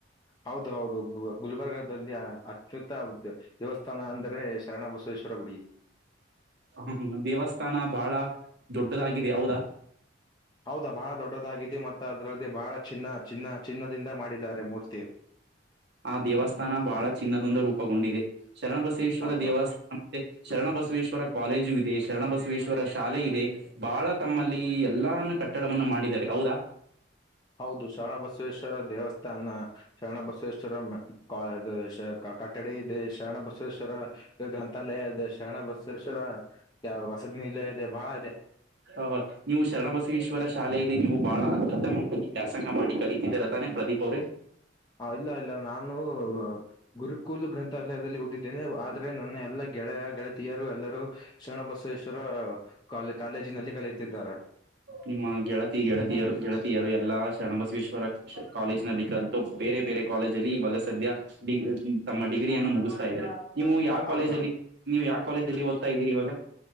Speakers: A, on the left (about 20°); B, on the right (about 60°).
A: ಹೌದು ಹೌದು ಬ್ ಗುಲ್ಬರ್ಗದಲ್ಲಿ ಅತ್ಯುತ್ತ ದೇವಸ್ಥಾನ ಅಂದ್ರೆ ಶರಣ ಬಸವೇಶ್ವರ ಗುಡಿ.
B: ಹ ದೇವಸ್ಥಾನ ಬಾಳ ದೊಡ್ಡದಾಗಿದೆ ಯಾವದಾ
A: ಹೌದಾ ಬಹಳ ದೊಡ್ಡದಾಗಿದ್ದೆ ಮತ್ತು ಅದರಲ್ಲಿ ಬಹಳ ಚಿನ್ನ ಚಿನ್ನ ಚಿನ್ನದಿಂದ ಮಾಡಿದ್ದಾರೆ ಮೂರ್ತಿ‌.
B: ಆ ದೇವಸ್ಥಾನ ಬಹಳ ಚಿನ್ನದೊಂದಿ ರೂಪಗೊಂಡಿದೆ ಶರಣಬಸವೇಶ್ವರ
A: ಹೌದು
B: ದೇವಸ್ಥ್ ಮತ್ತೆ ಶರಣಬಸವೇಶ್ವರ ಕಾಲೇಜು ಇದೆ ಶರಣಬಸವೇಶ್ವರ ಶಾಲೆ ಇದೆ. ಬಾಳ ತಮ್ಮಲ್ಲಿ ಎಲ್ಲಾನೂ ಕಟ್ಟಡವನ್ನು ಮಾಡಿದಿದ್ದಾರೆ ಹೌದಾ.
A: ಹೌದು ಶರಣ ಬಸವೇಶ್ವರ ದೇವಸ್ಥಾನ ಶರಣ ಬಸವೇಶ್ವರ ಕಾ ಇದು ಶ ಕಟ್ ಕಡೆ ಇದೆ ಶರಣ ಬಸವೇಶ್ವರ ಗ್ರಂಥಾಲಯ ಇದೆ ಶರಣ ಬಸವೇಶ್ವರ ಯ ವಸತಿನಿಲಯ ಇಲ್ಲೇ ಇದೆ ಬಾಳ ಇದೆ.
B: ಹ ಹ ನೀವು ಶರಣಬಸವೇಶ್ವರ ಶಾಲೆಯಲ್ಲಿ ನೀವು ಬಹಳ ಅತ್ಯುತ್ತಮವಾಗಿ ವ್ಯಾಸಂಗ ಮಾಡಿ ಕಲ್ಲಿ ಇದರ ತಾನೆ ಪ್ರದೀಪ್ ಅವ್ರೇ.
A: ಹ ಇಲ್ಲ ಇಲ್ಲ ನಾನು ಗುರುಕೂಲು ಗ್ರಂಥಾಲಯದಲ್ಲಿ ಓದಿದ್ದೇನೆ ಆದ್ರೆ ನನ್ನ ಎಲ್ಲಾ ಗೆಳೆಯ ಗೆಳತಿಯರು ಎಲ್ಲರೂ ಶರಣಬಸವೇಶ್ವರ ಕಾಲೇಜ್ ನಲ್ಲಿ ಕಲಿ ತಿದ್ದಾರೆ
B: ನಿಮ್ಮ ಗೆಳತಿ ಗೆಳತಿಯರು ಗೆಳತಿಯರು ಎಲ್ಲಾ ಶರಣಬಸವೇಶ್ವರ ಕಾಲೇಜ್ ನಲ್ಲಿ ಕಲ್ತು ಬೇರೆ ಬೇರೆ ಕಾಲೇಜಲ್ಲಿ ಇವಾಗ ಸದ್ಯ ಡಿಗ್ ತಮ್ಮ ಡಿಗ್ರಿಯನ್ನು ಮುಗಿಸ್ತಾ ಇದ್ದಾರೆ. ನೀವು ಯಾವ
A: ಹೌದಾ
B: ಕಾಲೇಜಲ್ಲಿ ನೀವು ಯಾವ ಕಾಲೇಜಲ್ಲಿ ಓದ್ತಾ ಇದ್ದೀರಿ ಇವಾಗ